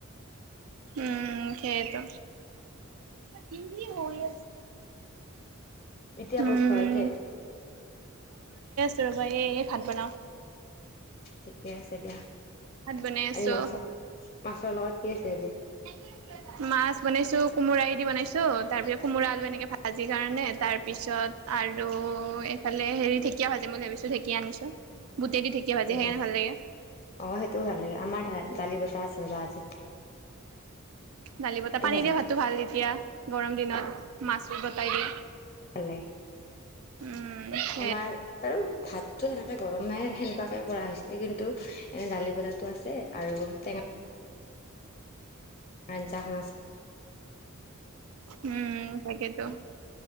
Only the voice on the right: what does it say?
উম সেইটো <unintelligible>
উম
তাৰপৰা এই ভাত বনাওঁ
ভাত বনাই আছোঁ।
<unintelligible> মাছ বনাইছো কোমোৰা দি বনাইছো তাৰ পিছত কোমোৰা আলু এনেকে ভাজি কাৰণে তাৰ পিছত অত আৰু এইফালে হেৰি ঢেঁকীয়া ভাজিম বুলি ভাবিছো ঢেকীয়া আনিছো। বুটেদি ঢেকীয়া ভাজি
সেইকাৰণে ভাল লাগে
দালি বতা
পানী দিয়া
ভাতো ভাল তেতিয়া গৰম দিনত মাছ গতাই দি।
উম সেই
উম। তাকেতো,